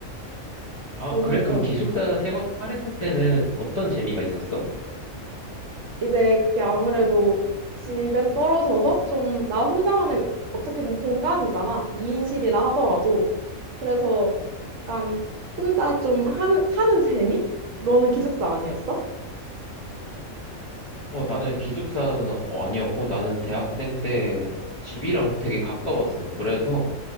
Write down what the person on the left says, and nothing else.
아,
그래? 그럼
기숙사 생활했을 때는 어떤 재미가 있었어?
어, 나는 기숙사는 어, 아니었고, 나는 대학생 때 집이랑 되게 가까웠어. 그래서